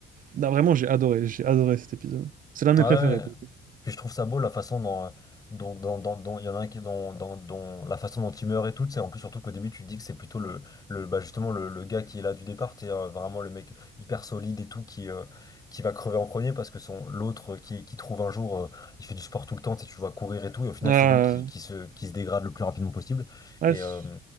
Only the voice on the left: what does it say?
Ouais.
ouais.
Puis je trouve ça beau la façon dont, euh, dont, dont, dont- dont- il y en a un qui dont, dont, dont- la façon dont il meurt et tout, c'est en plus surtout qu'au début tu te dis que c'est plutôt le, le bah justement le, le gars qui est là du départ, c'est vraiment le mec hyper solide et tout qui, euh, qui va crever en premier parce que son l'autre qui, qui trouve un jour euh, il fait du sport tout le temps, tu sais, tu le vois courir et tout et au final
c'est lui qui, qui se qui se dégrade le plus rapidement possible
et
euh,